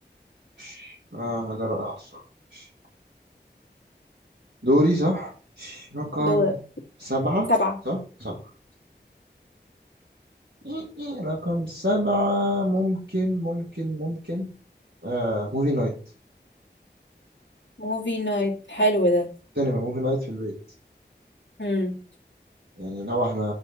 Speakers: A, on the right (about 80°); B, on the left (about 85°).
A: ماشي آه حاجة رائعة الصراحة ماشي دوري صح؟ ماشي. رقم
B: دول
A: سبعة
B: سبعه
A: صح؟ سبعة <laughs> رقم سبعة ممكن ممكن ممكن آه موفي نايت
B: موفي نايت حلو ده
A: سينما موفي نايت في البيت
B: مم.
A: يعني لو احنا